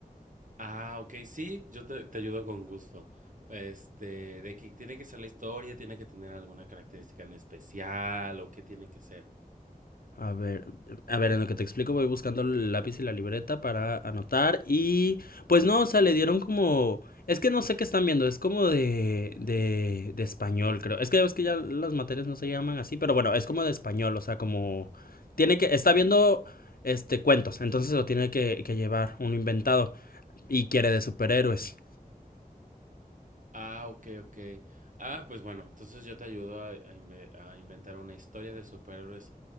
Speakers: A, on the right; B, on the left.
A: Ah, ok, sí, yo te, te ayudo con gusto. Este, de que tiene que ser la historia, tiene que tener alguna característica en especial o qué tiene que ser.
B: A ver, a ver, en lo que te explico voy buscando el lápiz y la libreta para anotar y pues no, o sea, le dieron como, es que no sé qué están viendo, es como de, de, de español, creo. Es que ya ves que ya las materias no se llaman así, pero bueno, es como de español, o sea, como tiene que, está viendo este cuentos, entonces lo tiene que, que llevar uno inventado y quiere de superhéroes.
A: Ah, ok, ok. Ah, pues bueno, entonces yo te ayudo a, a inve- a inventar una historia de superhéroes.